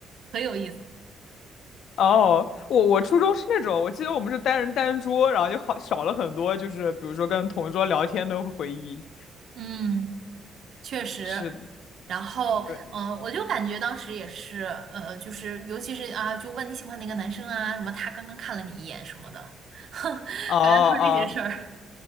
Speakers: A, on the right; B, on the left.
A: 很有意思。
B: 哦，我我初中是那种，我记得我们是单人单桌，然后就好少了很多，就是比如说跟同桌聊天的回忆。
A: 嗯，确实。
B: 是的，
A: 然后，
B: 对，
A: 嗯、我就感觉当时也是，呃，就是尤其是啊，就问你喜欢哪个男生啊，什么他刚刚看了你一眼什么的，<laughs>
B: 哦哦
A: 感觉都是这些事儿。